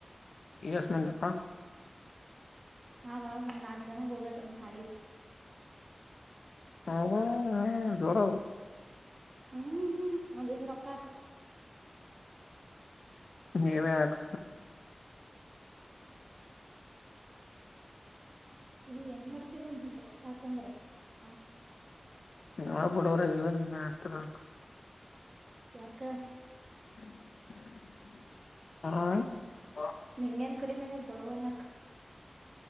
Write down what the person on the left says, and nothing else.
ಎಸ್ ಮಂದಿ ಅಪ್ಪ
ಹ ಹ ಜೋರ್ ಅದ
ನೀನೇ ಅಕ್
ನಾವ್ ಬಾಡೂರ್ ಅದೀವಿ ನೀವೇ ಅಕ್ತಿರಾ ಅಕ್
ಹ